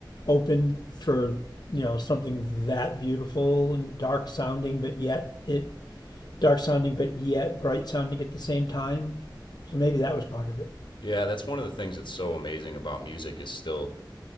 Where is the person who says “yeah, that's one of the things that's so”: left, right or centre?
Left